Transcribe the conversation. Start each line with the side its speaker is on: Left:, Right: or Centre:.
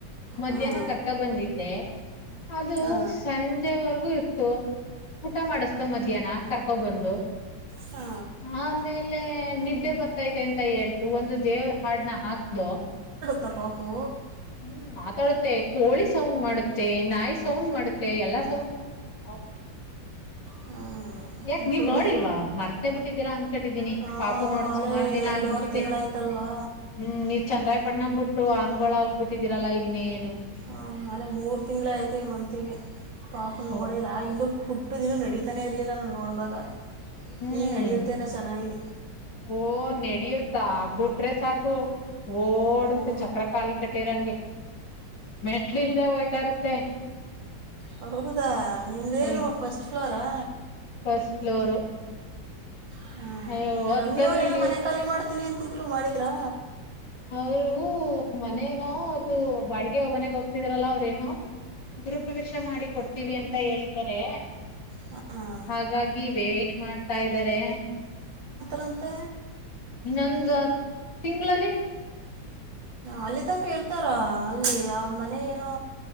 Left: ಮಧ್ಯಾಹ್ನ
Right: ಹ್ಮ
Left: ಕರ್ಕ ಬಂದಿದ್ದೆ ಅದು
Right: ಹಾ
Left: ಸಂಜೆವರ್ ಗು ಇತ್ತು ಊಟ ಮಾಡುಸ್ದು ಮ ಧ್ಯಾನ ಕರ್ಕೊ ಬಂದು
Right: ಹಾ
Left: ಆಮೇಲ್ ಮೇಲೆ ನಿದ್ದೆ ಬರ್ ತೈತೆ ಅಂತ ಹೇಳ್ತು ಒಂದು ದೇವ್ರ ಹಾಡ್ನ ಹಾಕ್ದು
Right: ತ ಪಾಪು?
Left: ಹ್ಮ್ ಮಾತಾಡುತ್ತೆ ಕೋಳಿ ಸೌಂಡ್ ಮಾಡುತ್ತೆ ನಾಯಿ ಸೌಂಡ್ ಮಾಡುತ್ತೆ ಎಲ್ಲಾ ಸೌಂಡ್ ಆ
Right: ಹ್ಮ್
Left: ಯಾಕ ನೀವ್
Right: ಬಿಡಿ
Left: ನೋಡಿಲ್ವಾ ಮರ್ತೆ ಬಿಟ್ಟಿದ್ದೀರಾ ಅನ್ಕಟ್ಟಿದೀನಿ
Right: ಹಾ
Left: ಪಾಪು ನೋಡ್
Right: ಅಲ್ಲೇ
Left: ಸುಮಾರ್ ದಿನ
Right: ಎರಡುವರೆ
Left: ಆಗ್ಬಿಟ್ಟಿದ್ದೆ
Right: ತಿಂಗಳಾಯ್ತಲ್ವಾ
Left: ಹ್ಮ್ ನೀವ್ ಚೆನ್ನರಾಯ್ ಪಟ್ನ ಬುಟ್ಟು ಆನ್ಗೊಳ್ ಆಗ್ಬಿಟ್ಟಿದೀರಲ್ಲ ಇನ್ನೇನು.
Right: ಆ ಆಲೆ ಮೂರು ತಿಂಗಳೇ ಆಯ್ತು ಈ ಮಂತಿಗೆ ಪಾಪುನ್ ನೋಡೇ
Left: ಓ
Right: ಇಲ್ಲ ಆ ಇನ್ನೂ ಪುಟ್ಟು ದಿನ್ನು ನಡೀತಾನೆ ಇರ್ಲಿಲ್ಲ ನಾನ್ ನೋಡ್ದಾಗ.
Left: ಹ್ಮ್
Right: ಈಗ ನಡೆಯುತ್ತೆನ ಚೆನ್ನಾಗಿ
Left: ಓ <unintelligible> ಬಿಟ್ರೆ ಸಾಕು ಓಡುತ್ತೆ
Right: ಓ
Left: ಚಕ್ರ ಖಾಲಿ ಕಟ್ಟಿರಂಗೆ ಮೆಟ್ಟಿಳಿದು ಹೋಯ್ತಾ ಇರುತ್ತೆ
Right: ಹೌದ ನಿಮೆ
Left: ಅಯ್
Right: ಫಸ್ಟ್ ಪ್ಲೋರಾ
Left: ಫಸ್ಟ್ ಫ್ಲೋರು
Right: ಹ್ಮ್
Left: ಅಯ್ಯೋ ಹತ್ತದು
Right: ರಮ್ಯಾಯವ್ರ ಏನೋ
Left: ಇಳಿಯದು
Right: ಮನೆ ಖಾಲಿ ಮಾಡ ತನಿ <unintelligible> ಮಾಡಿದ್ರಾ
Left: ಅವರು ಮನೇನೋ ಅವ್ರ್ದ ಬಾಡಿಗೆ ಮನೆಗೆ ಹೋಗ್ತಿದ್ರಲ್ಲ ಅವ್ರೇನೋ ಗುರುಪ್ರವೇಶ ಮಾಡಿ ಕೊಡ್ತ ಅಂತ ಹೇಳಿದ್ದಾರೆ
Right: ಹಾಂ
Left: ಹಾಗಾಗಿ ವೇಟ್ ಮಾಡ್ತಾ ಇದ್ದಾರೆ
Right: ರಂತೆ
Left: ಇನ್ನೊಂದು ತಿಂಗಳಲ್ಲಿ
Right: ಅಲ್ಲಿ ತನಕ ಇರ್ತಾರ ಅಲ್ಲಿ ಆ ಮನೆ ಏನೋ